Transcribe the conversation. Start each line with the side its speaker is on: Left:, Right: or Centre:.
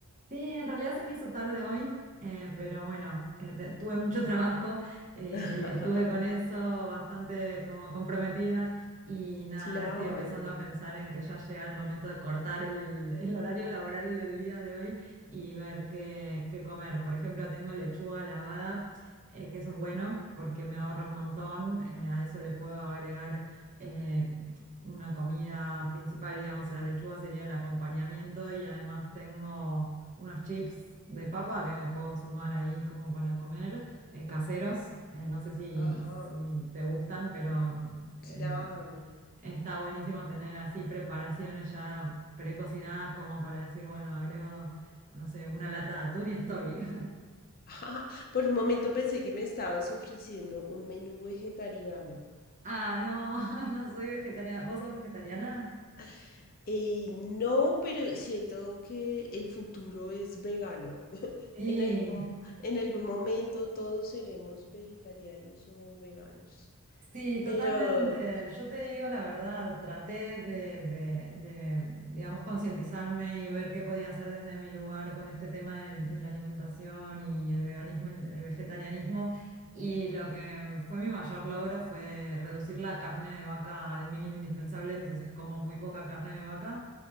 Right: Sí, en realidad se me hizo tarde hoy, eh, pero bueno, eh, te- tuve mucho <laughs> trabajo eh,
Left: <laughs>
Right: y estuve con eso bastante como comprometida y nada,
Left: Claro,
Right: ahora estoy empezando a pensar en que ya llega el momento de cortar el, el horario laboral del día de hoy y ver qué, qué comer. Por ejemplo, tengo lechuga lavada, eh, que eso es bueno porque me ahorra un montón, eh, a eso le puedo agregar... eh, una comida principal, digamos, la lechuga sería el acompañamiento y además tengo unos chips de papa que puedo sumar ahí como para comer, eh, caseros. Eh, no sé si,
Left: ajá,
Right: si te gustan, pero eh,
Left: claro. <laughs>
Right: está buenísimo tener así preparaciones ya precocinadas como para decir, bueno, agrego, no sé, una lata de atún y estoy. <laughs>
Left: Ajá, Por un momento pensé que me estabas ofreciendo un menú vegetariano.
Right: Ah, no, <laughs> no soy vegetariana. ¿Vos sos vegetariana?
Left: <laughs> Eh, no, pero siento que el futuro es vegano.
Right: Sí.
Left: En algún, en algún momento todos seremos vegetarianos o veganos.
Right: Sí, totalmente.
Left: Pero,
Right: Yo te digo la verdad, traté de, de- de, digamos, concientizarme y ver qué podía hacer desde mi lugar con este tema del- de, la alimentación y el veganismo y el, el vegetarianismo. Y lo que fue mi mayor logro fue reducir la carne de vaca al mínimo indispensable, entonces como muy poca carne de vaca,